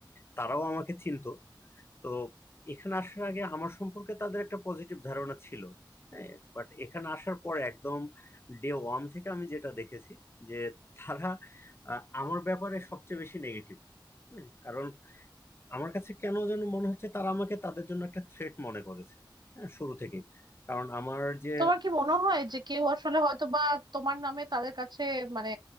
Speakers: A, on the left; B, on the right.
A: তারাও আমাকে চিনতো তো এখানে আসার আগে আমার সম্পর্কে তাদের একটা পজিটিভ ধারণা ছিল হ্যাঁ বাট এখানে আসার পর একদম ডে ওয়ান থেকে আমি যেটা দেখেছি যে তারা আহ, আমার ব্যাপারে সবচেয়ে বেশি নেগেটিভ কারণ আমার কাছে কেন যেন মনে হচ্ছে তারা আমাকে তাদের জন্য একটা থ্রেট মনে করেছে হ্যাঁ শুরু থেকে কারণ আমার যে
B: তোমার কি মনে হয় যে কেউ আসলে হয়তো বা তোমার নামে তাদের কাছে মানে